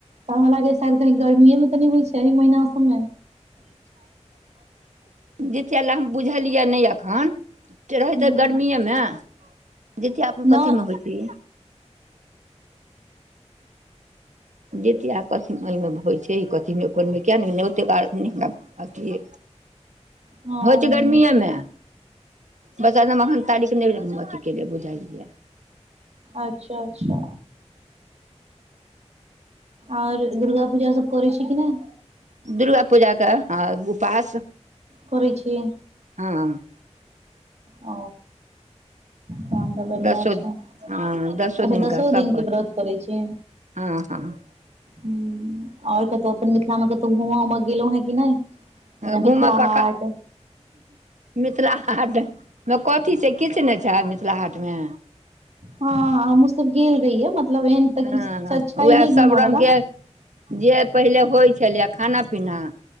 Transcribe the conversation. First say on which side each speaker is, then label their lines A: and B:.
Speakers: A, on the right; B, on the right.
A: तऽ हमरा लागै शायद कही गर्मीए मे तऽ नहि होइ छै एहि महीना सबमे
B: <unintelligible> जितिया लए हम बुझलियै नहि अखन रहैत
A: हूँ
B: गर्मीेए मे जितिया
A: न
B: कथी मे होइत छै जितियाक कथी ओमे होइ छै ई कथीमे कोनमे किएक नहि नहि ओतेक नहि हमरा अथइ
A: हँ
B: होय छै गर्मिएमे बस आधमे अन तारीख नहि अथ के लि बुझलियै
A: अच्छा अच्छा आओर दुर्गा पूजा सब करै छी कि ना
B: दुर्गा पूजाके हँ उपास
A: करै छी
B: हँ
A: ह तहन तऽ बढ़िआँ
B: दसो
A: छै
B: हँ
A: अच्छा
B: दिनका
A: दसो
B: सभपर
A: दिनके व्रत करै छी
B: हँ हँ
A: ह आओर कतहु अपन मिथिला मे कतहु घुमा उम गेलहुं हें कि नहि जेना
B: घूमऽ
A: मिथिला
B: कखन
A: हाट
B: मिथिला हाट मे कथी छै किछु नहि छै मिथिला हाटमे
A: हँ हमहुँ सब गेल रहियै मतलब एहन तऽ
B: हँ
A: किछु छै
B: उएह
A: नहि
B: सभ
A: घूमयवला
B: रङ्गके जे पहिले होय छलै खाना पीना